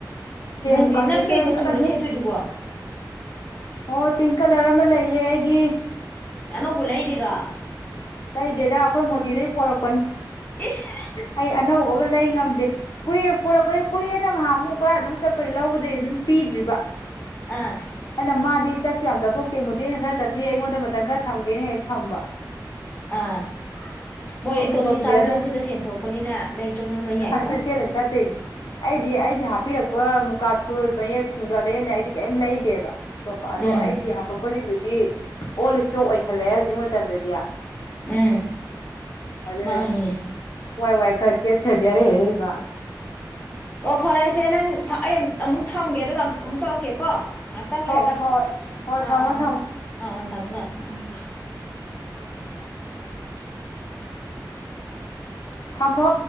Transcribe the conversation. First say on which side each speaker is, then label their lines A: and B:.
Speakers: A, on the left; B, on the left.
A: ꯅꯪꯗꯤ
B: ꯃꯨꯛꯀꯥꯁꯨ
A: ꯅꯪ ꯀꯩ
B: ꯁꯦꯠꯂ
A: ꯃꯆꯨꯅꯣ
B: ꯆꯠꯂꯅꯤ
A: ꯁꯦꯠꯇꯣꯏꯗꯨꯕꯣ
B: ꯍꯣꯏ ꯄꯤꯡ ꯀꯂꯔ ꯑꯃ ꯂꯩꯌꯦ ꯑꯩꯒꯤ
A: ꯑꯅꯧꯕ ꯂꯩꯔꯤꯔꯣ
B: ꯀꯩꯗꯦꯗ ꯑꯩꯈꯣꯏ ꯃꯣꯇꯤꯗꯒꯤ ꯄꯣꯔꯛꯄꯅꯤ
A: ꯏꯁ
B: ꯑꯩ ꯑꯅꯧꯕꯒ ꯂꯩ ꯉꯝꯗꯦ ꯀꯨꯏꯔ ꯄꯣꯔꯛꯄꯗ ꯀꯨꯏꯔꯗ ꯉꯍ ꯑꯃꯨꯛ ꯄꯨꯔꯥ ꯑꯗꯨꯝ ꯆꯠꯄꯩ ꯂꯧꯕꯗꯒꯤꯩ ꯑꯗꯨꯝ ꯄꯤꯗ꯭ꯔꯤꯕ
A: ꯑꯥ
B: ꯑꯩꯅ ꯃꯥꯗꯤ ꯆꯠꯁꯨ ꯌꯥꯝ ꯆꯠꯊꯣꯛꯇꯦ ꯃꯨꯗꯦꯅ ꯈꯔ ꯆꯠꯊ ꯑꯩꯉꯣꯟꯗ ꯃꯇꯝ ꯈꯔ ꯊꯝꯒꯦꯅ ꯍꯦꯛ ꯊꯝꯕ
A: ꯑꯥ ꯃꯣꯏ
B: ꯑꯗꯨ
A: ꯇꯣꯂꯣꯞ
B: ꯄꯤꯗ꯭ꯔꯦ
A: ꯆꯥꯕꯅ
B: ꯑꯗꯨ
A: ꯃꯈꯠꯇ ꯁꯦꯟ ꯊꯣꯛꯣꯛꯄꯅꯤꯅ ꯂꯩ ꯗ꯭ꯔꯣꯝ ꯗ꯭ꯔꯣꯝ ꯂꯩ ꯌꯥꯏꯗꯣ
B: ꯑꯗꯨ ꯁꯦꯠꯂ ꯆꯠꯇꯣꯏꯅꯤ ꯑꯩꯗꯤ ꯑꯩꯒꯤ ꯍꯥꯞꯄꯤꯔꯛꯄ ꯃꯨꯀꯥ ꯁꯠ ꯃꯌꯦꯛꯁꯤꯡꯗꯣ ꯑꯗ ꯍꯦꯟꯅ ꯑꯩꯗꯤ ꯀꯩꯝ ꯂꯩꯗꯦꯕ ꯑꯇꯣꯞꯄ ꯑꯗꯣ
A: ꯎꯝ
B: ꯑꯩꯒꯤ ꯍꯥꯄꯛꯄꯁꯤꯡꯗꯨꯗꯤ ꯑꯣꯜ ꯏꯁꯇꯣꯛ ꯑꯣꯏꯁꯜꯂꯦ ꯍꯧꯖꯤꯛ ꯃꯇꯝꯗꯗꯤ
A: ꯎꯝ
B: ꯑꯗꯨꯅ
A: ꯃꯥꯅꯤꯅꯦ
B: ꯋꯥꯏ ꯋꯥꯏ ꯈꯔ ꯁꯦꯠꯈ꯭ꯔꯗꯤ ꯑꯔꯩ ꯑꯔꯩꯕ
A: ꯑꯣ ꯐꯔꯦꯁꯦ ꯅꯪ ꯑꯩ ꯑꯃ ꯑꯃꯨꯛ ꯊꯝꯒꯦ ꯑꯗꯨꯒ ꯑꯃ ꯑꯃꯨꯛ ꯇꯧꯔꯛꯀꯦꯀꯣ ꯉꯥꯛꯇꯪ ꯂꯩꯔꯒ
B: ꯍꯣꯏ ꯍꯣꯏ ꯍꯣꯏ ꯍꯣꯏ
A: ꯑꯥ
B: ꯊꯝꯃꯣ
A: ꯑꯥ
B: ꯊꯝꯃꯣ
A: ꯑꯥ ꯑꯥ ꯇꯝꯃꯤꯅ ꯎꯝ <inaudible>
B: ꯊꯝꯃꯣ